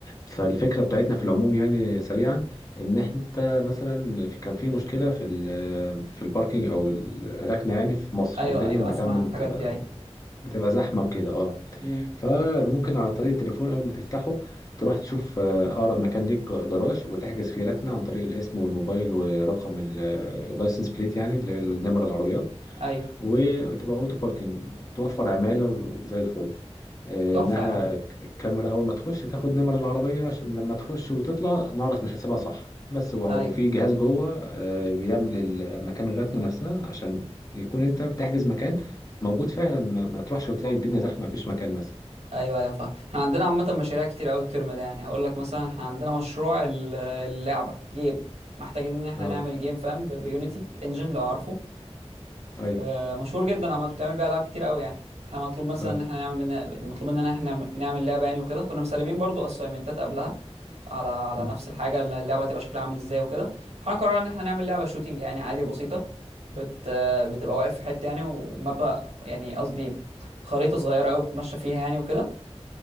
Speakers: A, on the left; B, on the right.
A: فالفكرة بتاعتنا في العموم يعني سريعا ان انت مثلا في- كان في مشكلة في ال- في الباركينج او الركنة يعني في مصر
B: ايوه
A: دايما
B: ايوه
A: بتعمل
B: اسمع عن الحاجات
A: بتبقى
B: دي ايوه
A: بتبقى زحمة وكده اه
B: امم
A: فممكن على طريق التليفون أول ما تفتحه تروح تشوف آه، أقرب مكان ليك ج- جراج وتحجز فيه ركنة عن طريق الاسم والموبايل ورقم ال- آه، اللايسنس بليت يعني اللي هي النمرة العربيات
B: ايوه
A: وتبقى أوتو باركنج توفر عمالة وزي الفل آه،
B: تحفه
A: إنها
B: يا عم
A: ك- الكاميرا أول ما تخش تاخد نمر العربية عشان لما تخش وتطلع نعرف نحسبها صح بس و- وفي
B: ايوه
A: جهاز جوه آه، بيعمل ال- مكان الركنة نفسها عشان يكون أنت بتحجز مكان موجود فعلا ما ما تروحش وتلاقي الدنيا زحمة مفيش مكان مثلا
B: ايوه ايوه فاهم احنا عندنا عامه مشاريع كتير قوي الترم ده يعني هقول لك مثلا احنا عندنا مشروع ال- اللعبه جيم محتاجين ان احنا
A: اه
B: نعمل جيم فاهم ب- بيونيتي انجن لو عارفه
A: ايوه
B: آه، مشهور جدا عامة بتعمل بيه العاب كتير قوي يعني احنا مطلوب مثلا
A: اه
B: ان احنا نعمل بنا... مطلوب مننا ان احنا نعمل لعبه يعني وكده كنا مسلمين برضو اساينمنتات قبلها على على
A: مم.
B: نفس الحاجه اللي اللعبه هتبقى شكلها عامل ازاي وكده احنا قررنا ان احنا نعمل لعبه شوتينج يعني عادي بسيطه بت... آه، بتبقى واقف في حته يعني ومابا يعني قصدي خريطه صغيره قوي بتتمشى فيها يعني وكده